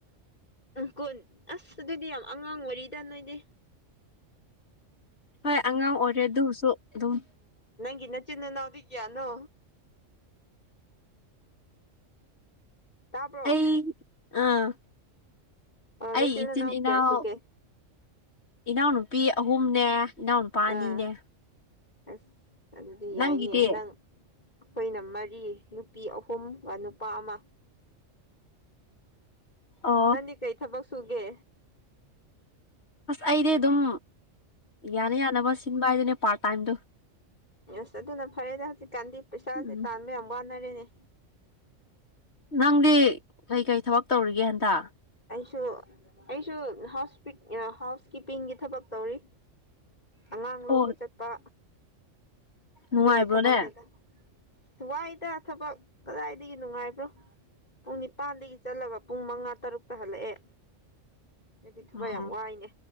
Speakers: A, on the left; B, on the left.
A: ꯀꯨꯣꯟ ꯑꯁ ꯑꯗꯨꯗꯤ ꯌꯥꯝ ꯑꯉꯥꯡ ꯋꯥꯔꯤꯔꯤꯗ ꯅꯣꯏꯅꯦ
B: ꯍꯣꯏ ꯑꯉꯥꯡ ꯑꯣꯏꯔꯦ ꯑꯗꯨꯁꯨ ꯑꯗꯨꯝ
A: ꯏꯅ ꯆꯤꯟꯅꯅꯎꯗꯤꯒꯌꯥꯅꯣ ꯇꯥꯕ꯭ꯔꯣ
B: ꯑꯩ ꯑꯥ
A: ꯑꯣ
B: ꯑꯩ
A: ꯅꯆꯤꯟ
B: ꯏꯆꯤꯟ
A: ꯅꯅꯥꯎ
B: ꯏꯅꯥꯎ
A: ꯀꯌꯥ ꯁꯨꯒꯦ
B: ꯏꯅꯥꯎꯅꯨꯄꯤ ꯑꯍꯨꯝꯅꯦ ꯏꯅꯥꯎꯅꯨꯄꯥ
A: ꯑꯥ
B: ꯑꯅꯤꯅꯦ
A: ꯑꯁ ꯑꯗꯨꯗꯤ
B: ꯅꯪꯒꯤꯗꯤ
A: ꯌꯥꯏꯅꯦ ꯅ ꯅꯪ ꯑꯩꯈꯣꯏꯅ ꯃꯔꯤ ꯅꯨꯄꯤ ꯑꯍꯨꯝꯒ ꯅꯨꯄꯥ ꯑꯃ
B: ꯑꯣ
A: ꯅꯗꯤ ꯀꯩ ꯊꯕꯛ ꯁꯨꯒꯦ
B: ꯑꯁ ꯑꯩꯗꯤ ꯑꯗꯨꯝ ꯌꯥꯅ ꯌꯥꯅꯕ ꯁꯤꯟꯕ ꯍꯥꯏꯗꯨꯅꯦ ꯄꯥꯔꯠ ꯇꯥꯏꯝꯗ
A: ꯑꯁ ꯑꯗꯨꯅ ꯐꯔꯦꯅꯦ ꯍꯧꯖꯤꯛꯀꯥꯟꯗꯤ ꯄꯩꯁꯥꯁꯦ
B: ꯎꯝ
A: ꯇꯥꯟꯕ ꯌꯥꯝ ꯋꯥꯅꯔꯦꯅꯦ
B: ꯅꯪꯗꯤ ꯀꯩꯀꯩ ꯊꯕꯛ ꯇꯧꯔꯤꯒꯦ ꯍꯟꯇꯥ
A: ꯁꯨ ꯑꯩꯁꯨ ꯍꯥꯎꯁ ꯍꯥꯎꯁ ꯀꯤꯞꯄꯤꯡꯒꯤ ꯊꯕꯛ ꯇꯧꯔꯤ ꯑꯉꯥꯡ ꯂꯧꯕ
B: ꯑꯣ
A: ꯆꯠꯄ
B: ꯅꯨꯡꯉꯥꯏꯕ꯭ꯔꯣꯅꯦ
A: ꯑꯗꯨꯒꯤ ꯊꯕꯛꯅꯦꯗ ꯋꯥꯏꯗ ꯊꯕꯛ ꯀꯗꯥꯏꯗꯒꯤ ꯅꯨꯡꯉꯥꯏꯕ꯭ꯔꯣ ꯄꯨꯡ ꯅꯤꯄꯥꯥꯟꯗꯒꯤ ꯆꯠꯂꯒ ꯄꯨꯡ ꯃꯉꯥ ꯇꯔꯨꯛꯇ ꯍꯜꯂꯛꯑꯦ ꯅꯗꯤ ꯊꯕ
B: ꯎꯝ
A: ꯌꯥꯝ ꯋꯥꯏꯅꯦ